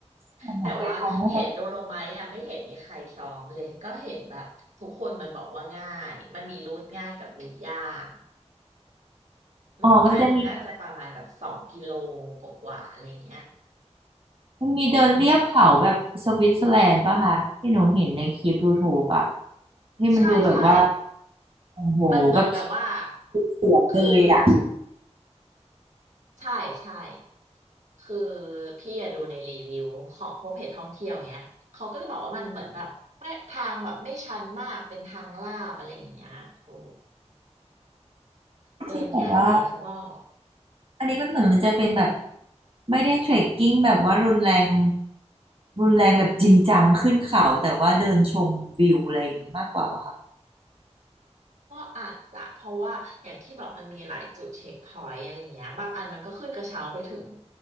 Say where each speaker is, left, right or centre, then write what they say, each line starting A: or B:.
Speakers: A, on the right; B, on the right.
A: เออหมอเคยฟังว่าแบบ
B: แต่ว่าเห็นโดโลไมท์อ่ะไม่เห็นมีใครซ้อมเลยก็เห็นแบบทุกคนมันบอกว่าง่ายมันมีรูทง่ายกับรูทยากรูทง่ายมันน่าจะประมาณแบบสองกิโล
A: อ๋อมันจะมีแบบ
B: กว่าๆอะไรเงี้ย
A: มันมีเดินเลียบเขาแบบสวิตเซอร์แลนด์ปะคะที่หนูเห็นในคลิปยูทูบอะที่มันดูแบบว่า
B: ใช่ใช่
A: โอ้โหแบบ
B: มันเหมือนแบบว่า
A: เสียดเลยอ่ะ
B: คือใช่ใช่คือพี่อะดูในรีวิวของพวกเพจท่องเที่ยวเงี้ยเขาก็จะบอกว่ามันเหมือนแบบไม่ทางแบบไม่ชันมากเป็นทางลาดอะไรอย่างเงี้ยโอ้เดินง่ายเขาบอก
A: ที่แบบว่าอันนี้มันเหมือนมันจะเป็นแบบไม่ได้เทรคกิ้งแบบว่ารุนแรงรุนแรงแบบจริงจังขึ้นเขาแต่ว่าเดินชมวิวอะไรอย่างนี้มากกว่าป่ะคะ
B: ก็อาจจะเพราะว่าอย่างที่บอกมันมีหลายจุดเช็คพอยต์อะไรอย่างเงี้ยบางอันมันก็ขึ้นกระเช้าไปถึง